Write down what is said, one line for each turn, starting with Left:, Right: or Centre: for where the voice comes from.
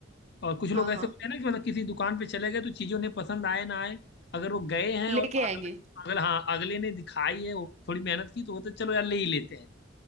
Left: और कुछ लोग
Right: हाँ हाँ
Left: ऐसे होते हैं ना कि मतलब किसी दुकान पे चले गए तो चीजों ने पसंद आए ना आए अगर वो गए हैं
Right: लेके
Left: और अगले
Right: आएंगे
Left: अगले हाँ अगले ने दिखाई है वो थोड़ी मेहनत की तो वो तो चलो यार ले ही लेते हैं